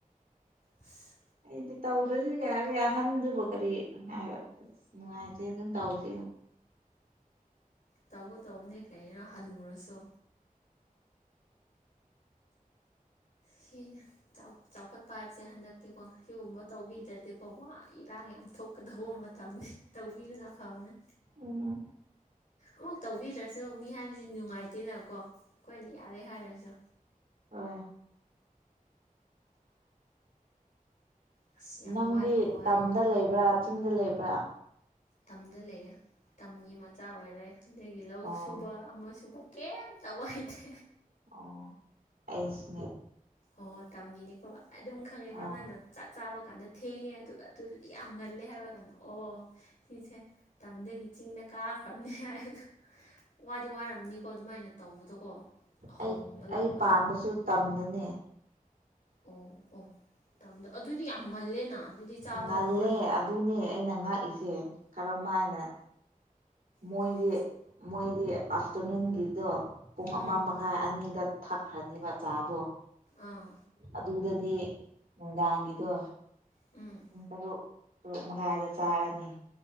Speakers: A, on the left; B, on the right.
A: ꯑꯁ
B: ꯑꯩꯗꯤ ꯇꯧꯗꯔꯁꯨ ꯌꯥꯔꯦ ꯑꯍꯟꯗꯨꯕꯨ ꯀꯔꯤ ꯍꯥꯏꯕ ꯅꯨꯡꯉꯥꯏꯇꯦ ꯑꯗꯨꯝ ꯇꯧꯁꯦ
A: ꯇꯧꯒꯗꯧꯕꯅꯦ ꯀꯩꯅꯣ ꯍꯟꯅꯨꯔꯁꯨ ꯁꯤꯅꯦ ꯆꯥꯎ ꯆꯥꯎꯈꯠꯄ ꯍꯥꯏꯕꯁꯦ ꯍꯟꯗꯛꯇꯤꯀꯣ ꯁꯤꯒꯨꯝꯕ ꯇꯧꯕꯤꯗ꯭ꯔꯗꯤꯀꯣ ꯋꯥ ꯏꯔꯥꯡ ꯌꯥꯝ ꯊꯣꯛꯀꯗꯧꯕ ꯃ ꯇꯧꯕꯤꯕꯅꯐꯕꯅ
B: ꯎꯝ
A: ꯑꯣ ꯇꯧꯕꯤꯗ꯭ꯔꯁꯨ ꯃꯤ ꯍꯥꯏꯗꯤ ꯅꯨꯡꯉꯥꯏꯇꯦꯅꯀꯣ ꯑꯩꯈꯣꯏꯅ ꯌꯥꯔꯦ ꯍꯥꯏꯔꯁꯨ
B: ꯍꯣꯏ
A: ꯑꯁ ꯌꯥꯝ
B: ꯅꯪꯗꯤ
A: ꯋꯥꯗꯤ ꯋꯥꯏ
B: ꯇꯝꯗ ꯂꯩꯕ꯭ꯔꯥ ꯆꯤꯡꯗ ꯂꯩꯕ꯭ꯔꯥ
A: ꯇꯝꯗ ꯂꯩꯌꯦ ꯇꯝꯒꯤ ꯃꯆꯥ ꯑꯣꯏꯔꯦ ꯑꯗꯒꯤ ꯂꯧ
B: ꯑꯣ
A: ꯁꯨꯕ ꯑꯃ ꯁꯨꯕ ꯀꯩꯝ ꯇꯧꯕ ꯍꯩꯇꯦ
B: ꯑꯣ ꯑꯩꯁꯨꯅꯦ
A: ꯍꯣꯏ ꯍꯣꯏ ꯇꯝꯒꯤꯅꯤꯀꯣ ꯑꯗꯨꯝ ꯈꯪꯉꯦꯕ
B: ꯑꯥ
A: ꯅꯪ ꯅ ꯆꯥꯛ ꯆꯥꯕ ꯀꯥꯟꯗ ꯊꯦꯡꯉꯦ ꯑꯗꯨꯒ ꯑꯗꯨꯗꯗꯤ ꯌꯥꯝ ꯉꯜꯂꯦ ꯍꯥꯏꯕ ꯀꯥꯟꯗ ꯑꯣ ꯁꯤꯁꯦ ꯇꯝꯗꯒꯤ ꯆꯤꯡꯗ ꯀꯥꯈ꯭ꯔꯕꯅꯤ ꯍꯥꯏꯑꯗꯣ ꯋꯥꯗꯤ ꯋꯥꯔꯝꯅꯤꯀꯣ ꯑꯗꯨꯃꯥꯏꯅ ꯇꯧꯕꯗꯣꯀꯣ ꯑꯍꯣꯡꯕ
B: ꯑꯩ ꯑꯩ
A: ꯂꯥꯛꯄꯗꯣ
B: ꯄꯥꯟꯕꯁꯨ ꯇꯝꯗꯅꯦ
A: ꯑꯣ ꯑꯣ ꯇꯝꯗꯣ ꯑꯗꯨꯗꯤ ꯌꯥꯝ ꯉꯜꯂꯦꯅ ꯑꯗꯨꯗꯤ ꯆꯥꯕ
B: ꯉꯜꯂꯦ
A: ꯅꯣꯏ
B: ꯑꯗꯨꯅꯦ ꯑꯩꯅ ꯉꯥꯛꯏꯁꯦ ꯀꯔꯝ ꯍꯥꯏꯅ ꯃꯣꯏꯗꯤ
A: ꯑꯗꯨꯅꯦ
B: ꯃꯣꯏꯗꯤ ꯑꯥꯐꯇꯔꯅꯨꯟꯒꯤꯗꯣ ꯄꯨꯡ
A: ꯎꯝ
B: ꯑꯃ ꯃꯈꯥꯏ ꯑꯅꯤꯗ ꯊꯛꯈ꯭ꯔꯅꯤꯕ ꯆꯥꯗꯣ
A: ꯑꯥ
B: ꯑꯗꯨꯗꯗꯤ ꯅꯨꯡꯗꯥꯡꯒꯤꯗꯣ
A: ꯎꯝ
B: ꯄꯨꯡ ꯇꯔꯨꯛ ꯇꯔꯨꯛ ꯃꯈꯥꯏꯗ ꯆꯥꯔꯅꯤ